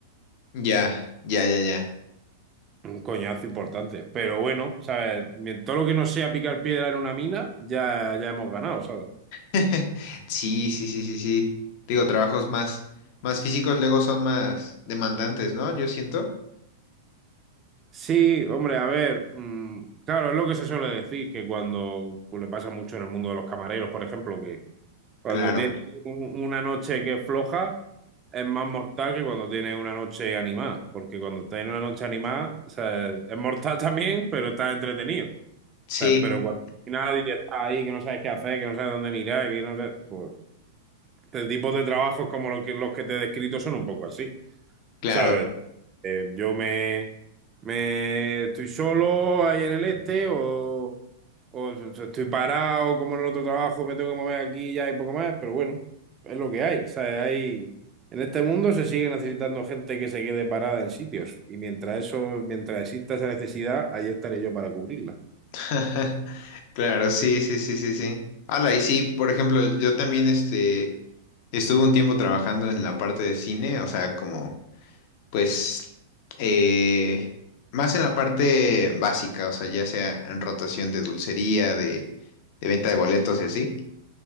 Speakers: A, on the left (about 55°); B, on the right (about 30°).
A: Ya, ya, ya, ya.
B: Un coñazo importante. Pero bueno, ¿sabes? Mien- Todo lo que no sea picar piedra en una mina, ya, ya hemos ganado, ¿sabes?
A: <laughs> Sí, sí, sí, sí, sí. Digo, trabajos más, más físicos luego son más demandantes, ¿no? Yo siento.
B: Sí, hombre, a ver, mm, claro, es lo que se suele decir, que cuando pues, le pasa mucho en el mundo de los camareros, por ejemplo, que cuando
A: Claro.
B: tienes un- una noche que es floja, es más mortal que cuando tienes una noche animada, porque cuando tienes una noche animada, o sea, es mortal <laughs> también, pero estás entretenido. O
A: Sí,
B: sea, pero cuando nadie está ahí, que no sabes qué hacer, que no sabes dónde mirar, que no sabes, pues, este tipo de trabajos como lo que- los que te he descrito son un poco así.
A: claro.
B: ¿Sabes? Eh, yo me, me estoy solo ahí en el este o, o so, so estoy parado como en el otro trabajo, me tengo que mover aquí ya y poco más, pero bueno, es lo que hay. O sea, hay, en este mundo se sigue necesitando gente que se quede parada en sitios y mientras eso, mientras exista esa necesidad, ahí estaré yo para cubrirla.
A: <laughs> Claro, sí, sí, sí, sí, sí. Ala, y sí, por ejemplo, yo también este estuve un tiempo trabajando en la parte de cine, o sea, como, pues, eh, más en la parte básica, o sea, ya sea en rotación de dulcería, de, de venta de boletos y así.